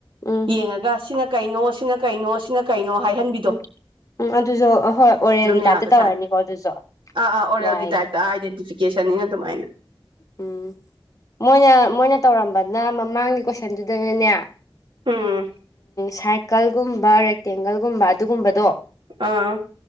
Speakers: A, on the left; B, on the right.
A: ꯎꯝ
B: ꯌꯦꯡꯉꯒ ꯁꯤꯅ ꯀꯩꯅꯣ ꯁꯤꯅ ꯀꯩꯅꯣ ꯁꯤꯅ ꯀꯩꯅꯣ ꯍꯥꯏꯍꯟꯕꯤꯗꯣ
A: ꯎꯝ ꯎꯝ ꯑꯗꯨꯁꯨ ꯍꯣꯏ ꯑꯣꯔꯦꯜꯒꯤ
B: ꯑꯗꯨꯝ
A: ꯇꯥꯏꯞꯇ
B: ꯌꯥꯕꯖꯥꯠꯅꯤ
A: ꯇꯧꯔꯅꯤꯀꯣ ꯑꯗꯨꯁꯨ
B: ꯑꯥ ꯑꯥ ꯑꯣꯔꯦꯜꯒꯤ
A: ꯌꯥꯏꯌꯦ
B: ꯇꯥꯏꯞꯇ ꯑꯥꯏꯗꯦꯟꯇꯤꯐꯤꯀꯦꯁꯟꯅꯤꯅ ꯑꯗꯨꯃꯥꯏꯅ
A: ꯎꯝ ꯃꯣꯏꯅ ꯃꯣꯏꯅ ꯇꯧꯔꯝꯕꯅ ꯃꯃꯥꯡꯒꯤ ꯀꯣꯏꯁꯟꯗꯨꯗꯅꯅꯦ
B: ꯎꯝ
A: ꯁꯥꯔꯀꯜꯒꯨꯝꯕ ꯔꯦꯛꯇꯦꯡꯒꯜꯒꯨꯝꯕ ꯑꯗꯨꯒꯨꯝꯕꯗꯣ
B: ꯑꯥ